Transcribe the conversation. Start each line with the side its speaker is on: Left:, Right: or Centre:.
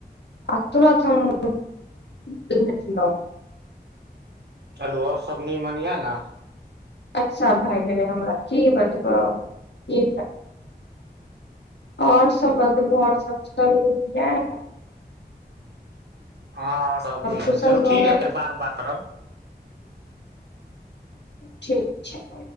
Left: आ तुरत हम <unintelligible>
Right: हेलो सब निमन यऽ ने?
Left: <unintelligible> और सब बतबु और सब ठिक यै?
Right: हँ सब नीक
Left: कुशल
Right: है चलू ठीक
Left: मंगल
Right: है फेर बाद मे बात करब।
Left: ठीक छैय।